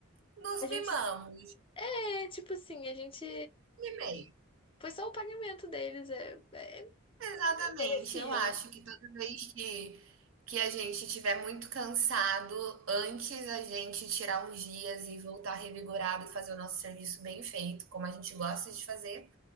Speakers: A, on the right; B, on the left.
A: nos
B: A gente,
A: mimamos.
B: é, tipo assim, a gente.
A: Bem,
B: Foi só o pagamento deles, é, é-
A: Exatamente.
B: mereciam.
A: Eu acho que toda vez que, que a gente estiver muito cansado, antes a gente tirar uns dias e voltar revigorado e fazer o nosso serviço bem feito, como a gente gosta de fazer,